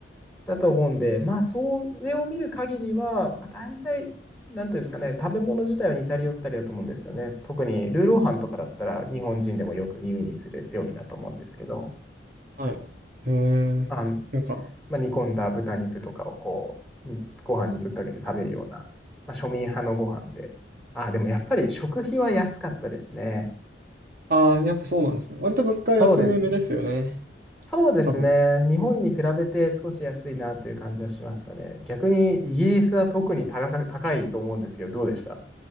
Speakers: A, in the centre; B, on the right.
A: だと思うんで、まあ、それを見る限りは、まあ、大体、なんていうんですかね、食べ物自体は似たり寄ったりだと思うんですよね。特にルーローハンとかだったら、日本人でもよく耳にする料理だと思うんですけど、
B: はい。へえ、
A: あの、
B: なんか、
A: まあ、煮込んだ豚肉とかをこう、うんご飯にぶっかけて食べるような、まあ、庶民派のご飯で。あ、でもやっぱり食費は安かったですね。
B: ああ、やっぱそうなんですね。割と物価安めですよね。
A: そうですね。そうですね。
B: 多分。
A: 日本に比べて少し安いなという感じはしましたね。逆にイギリスは特に高か、高いと思うんですけど、どうでした